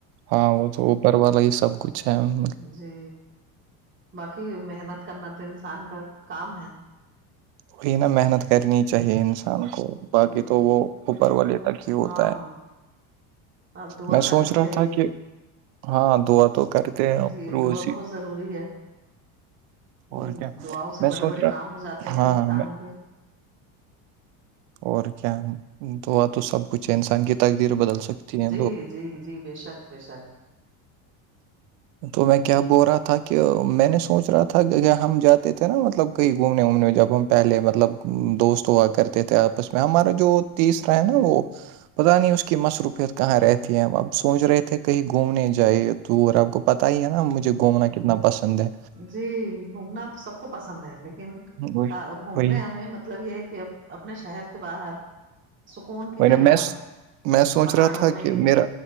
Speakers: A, on the right; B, on the right.
A: ہاں وہ تو اوپر والا ہی سب کچھ چم
B: جی باقی محنت کرنا تو انسان کا کام ہے
A: کوی نا محنت کرنی چاہیے کان
B: جی
A: کو باقی تو وہ اوپر والے تک ہی
B: ہاں
A: ہوتا ہے
B: اور دعا
A: میں
B: کرنی
A: سوچ رہا
B: چاہیے
A: تھا کہ ہاں دعا تو کرتے ہیں
B: جی
A: روز
B: دعا
A: ہی
B: بہت ضروری ہے ہ
A: اور کیا
B: دعاؤں سے
A: میں
B: بڑے
A: سوچ
B: بڑے
A: رہا
B: کام ہو جاتے ہیں
A: ہاں
B: انسانوں
A: ہاں میں
B: کے
A: اور کیا توا تو سب کچھ ہے انسان کی تقدیر بدل سکتی ہے
B: جی جی جی بے شک بے شک
A: تو میں کیا بول رہا تھا کہ میں نے سوچ رہا تھا کہ ا ہم جاتے تھے نا مطلب کہیں گھومنے وومنے جب ہم پہلے مطلب دوست ہوا کرتے تھے آپس میں ہمارا جو تیسرا ہے نا وہ پتہ نہیں اس کی مصروفیت کہاں رہتی ہے ہم اب سوچ رہے تھے کہیں گھومنے جائ توٹور آپ کو پتہ ہی ہے نا مجھے گھومنا کتنا پسند ہے
B: جی گھومنا تو سب کو پسند ہے لیکن
A: وہی
B: کا گھومنے
A: وہی
B: ہمیں مطلب یہ ہے کہ اب اپنے شہر سے باہر سکون کی
A: میں
B: جگہ
A: میں سوچ
B: پہاڑوں
A: رہا تھا
B: میں
A: کہ میرا